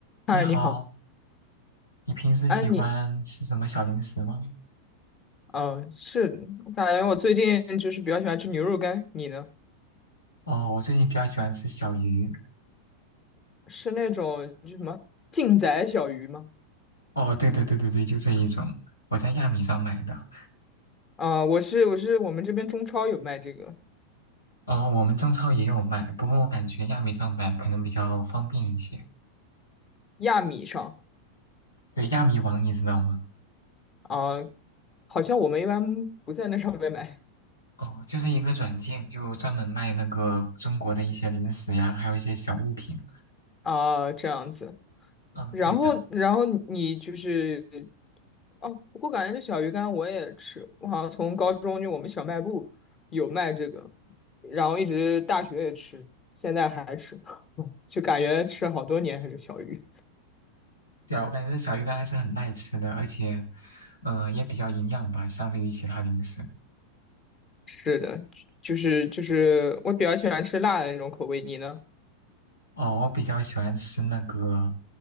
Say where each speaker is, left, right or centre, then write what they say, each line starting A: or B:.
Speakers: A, on the left; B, on the left.
A: 嗨，
B: 你好，
A: 你好，
B: 你平时喜欢吃什么小零食吗？
A: 哎，你，嗯，是，我感觉我最近就是比较喜欢吃牛肉干，你呢？
B: 哦，我最近比较喜欢吃小鱼。
A: 是那种就什么劲仔小鱼吗？
B: 哦，对对对对对，就这一种，我在亚米上买的。
A: 啊、我是我是我们这边中超有卖这个
B: 哦，我们中超也有卖，不过我感觉亚米上买可能比较方便一些。
A: 亚米上
B: 对，亚米网你知道吗？
A: 啊、好像我们一般不在那上面买
B: 哦，就是一个软件，就专门卖那个中国的一些零食呀，还有一些小物品。
A: 啊、这样子。
B: 嗯，
A: 然后然后你就是
B: 对的。
A: 哦，不过感觉这小鱼干我也吃，我好像从高中就我们小卖部有卖这个，然后一直大学也吃，现在还吃，<laughs> 就感觉吃了好多年还是小鱼。
B: 对啊，我感觉这小鱼干还是很耐吃的，而且，嗯、也比较营养吧，相对于其他零食。
A: 是的，就是就是我比较喜欢吃辣的那种口味，你呢？
B: 哦，我比较喜欢吃那个